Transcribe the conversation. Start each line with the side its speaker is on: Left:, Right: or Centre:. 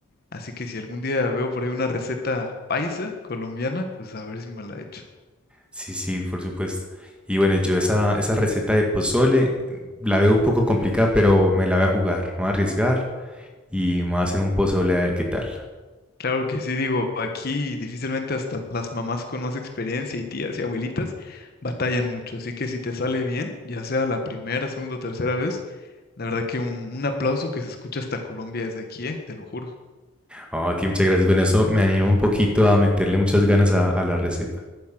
Left: así que si algún día veo por ahí una receta paisa colombiana, pues a ver si me la echo.
Centre: sí, sí, por supuesto. Y bueno, yo esa, esa receta de pozole eh, la veo un poco complicada, pero me la voy a jugar. Me voy a arriesgar y me voy a hacer un pozole a ver qué tal.
Left: Claro que sí, digo, aquí difícilmente hasta las mamás con más experiencia y tías y abuelitas batallan mucho, así que si te sale bien, ya sea la primera, segunda o tercera vez, la verdad que un, un aplauso que se escucha hasta Colombia desde aquí, eh, te lo juro.
Centre: Oh, aquí muchas gracias. Bueno, eso me anima un poquito a meterle muchas ganas a a la receta.